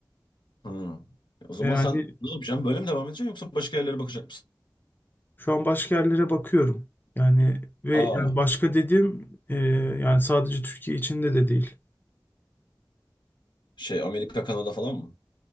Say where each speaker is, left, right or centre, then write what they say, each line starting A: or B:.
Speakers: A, on the left (about 80°); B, on the left (about 25°).
A: hı. O zaman
B: Ve yani
A: sen ne yapacaksın? Böyle mi devam edeceksin yoksa başka yerlere bakacak mısın?
B: Şu an başka yerlere bakıyorum. Yani ve
A: Aa,
B: yani başka dediğim e, yani sadece Türkiye içinde de değil.
A: şey Amerika, Kanada falan mı?